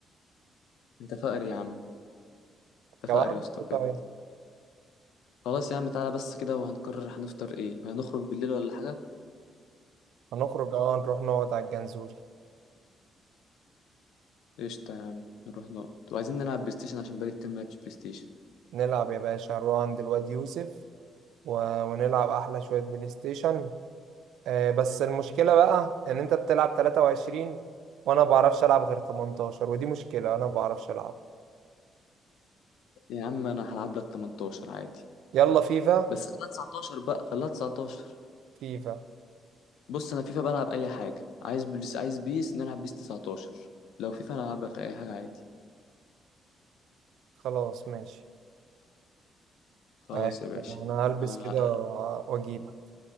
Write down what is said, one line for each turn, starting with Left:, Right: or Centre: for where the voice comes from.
Left: انت فقر يا عم انت
Right: طب
Left: فقر
Right: أعمل
Left: يا اسطى
Right: إيه طيب
Left: بجد خلاص يا عم تعالى بس كده وهنقرر هنفطر ايه هنخرج بالليل ولا حاجة
Right: هنخرج اه نروح نقعد على الجنزول
Left: قشطة يا عم نروح نقعد وعايزين نلعب بلاي ستيشن عشان بقالي كتير ما لعبتش بلاي ستيشن
Right: نلعب يا باشا نروح عند الواد يوسف و... ونلعب احلى شويه بلاي ستيشن آه، بس المشكلة بقى ان انت بتلعب 23 وانا ما بعرفش العب غير 18 ودي مشكلة انا ما بعرفش العب
Left: يا عم انا هلعب لك 18 عادي
Right: يلا فيفا
Left: بس خليها 19 بقى خليها 19
Right: فيفا
Left: بص انا فيفا بلعب اي حاجة عايز بيس عايز بيس نلعب بيس 19 لو فيفا انا هلعب لك اي حاجة عادي
Right: خلاص ماشي
Left: خلاص
Right: آه،
Left: يا باشا
Right: انا
Left: انا
Right: هلبس كده واجيلك